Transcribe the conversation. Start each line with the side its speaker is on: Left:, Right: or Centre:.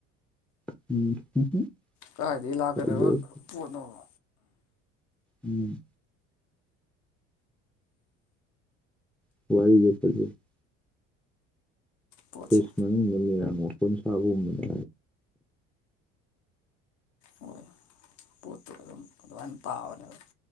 Centre: <unintelligible>
Left: ꯀꯗꯥꯥꯏꯗꯒꯤ ꯂꯥꯛꯀꯗꯕ
Centre: ꯐꯖꯩ
Left: ꯄꯣꯠꯅꯣꯕ
Centre: ꯎꯝ <unintelligible>
Left: ꯄꯣꯠꯁꯦ
Centre: ꯐ꯭ꯔꯦꯁ ꯃꯅꯨꯡꯃꯤꯔꯥꯡ ꯋꯥꯄꯣꯟ ꯁꯥꯕꯒꯨꯝꯕ
Left: ꯍꯣꯏ ꯄꯣꯠꯇꯨ ꯑꯗꯨꯝ ꯑꯗꯨꯃꯥꯏꯅ ꯇꯥꯕꯅꯦꯕ